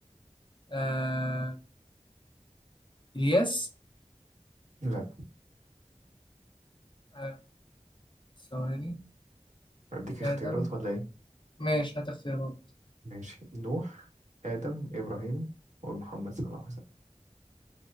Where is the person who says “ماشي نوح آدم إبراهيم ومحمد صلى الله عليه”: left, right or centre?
Right